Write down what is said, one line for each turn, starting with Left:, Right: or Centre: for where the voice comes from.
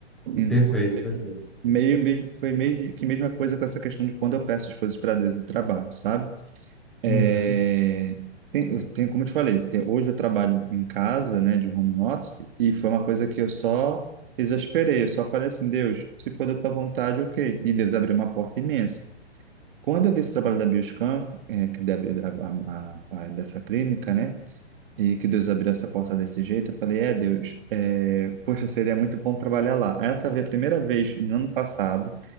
Right: Então,
Centre: perfeito, perfeito.
Right: meio, meio, foi meio que a mesma coisa com essa questão de quando eu peço as coisas para Deus em trabalho, sabe? É,
Centre: Uhum.
Right: tem, eu tenho- como eu te falei, te- hoje eu trabalho em casa, né, de home office, e foi uma coisa que eu só exasperei, eu só falei assim, Deus, se for da tua vontade, ok. E Deus abriu uma porta imensa. Quando eu vi esse trabalho da Bioscan, é, que deve, a, a, a, a- dessa clínica, né, e que Deus abriu essa porta desse jeito, eu falei, é, Deus, é, poxa, seria muito bom trabalhar lá. Essa foi a primeira vez, no ano passado,